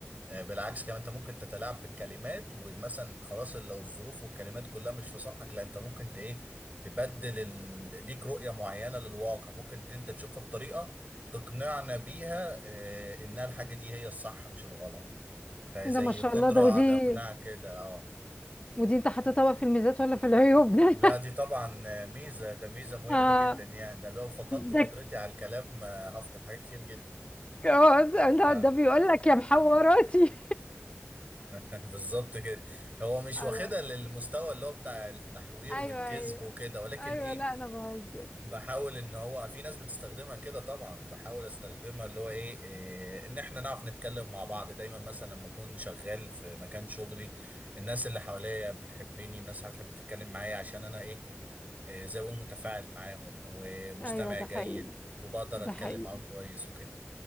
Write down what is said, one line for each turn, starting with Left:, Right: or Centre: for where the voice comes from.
Right: آه، بالعكس كمان انت ممكن تتلاعب بالكلمات ومثلا خلاص لو الظروف والكلمات كلها مش في صالحك لا انت ممكن ت- ايه تبدل ال... ليك رؤية معينة للواقع ممكن ت- انت تشوفها بطريقة تقنعنا بيها اه انها الحاجة دي هي الصح مش الغلط فزي
Left: إيه ده ما شاء
Right: قدرة
Left: الله ده
Right: على
Left: ودي
Right: اقناع كده اه
Left: ودي انت حطيتها بقى في الميزات ولا في العيوب <laughs> ده
Right: لا دي طبعا آه، ميزة ده ميزة مهمة
Left: آه
Right: جدا يعني ده لو فقدت قدرتي
Left: ده
Right: على الكلام آه، هفقد حاجات كتير جدا
Left: جواز لا
Right: آه.
Left: ده بيقول لك يا محوراتي
Right: <laughs> بالظبط كده هو
Left: <laughs>
Right: مش
Left: على
Right: واخدها للمستوى اللي هو بتاع التحوير
Left: ايوه
Right: والكذب
Left: ايوه
Right: وكده ولكن
Left: ايوه
Right: ايه
Left: لا انا بهزر
Right: بحاول ان هو في ناس بتستخدمها كده طبعا بحاول استخدمها اللي هو ايه, إيه ان احنا نعرف نتكلم مع بعض دايما مثلا لما اكون شغال في مكان شغلي الناس اللي حواليا بتحبني الناس هتحب تتكلم معايا عشان انا ايه, إيه زي ما بقول متفاعل معاهم ومستمع
Left: ايوه ده
Right: جيد
Left: حقيقي
Right: وبقدر
Left: ده
Right: اتكلم
Left: حقيقي
Right: معاهم كويس وكده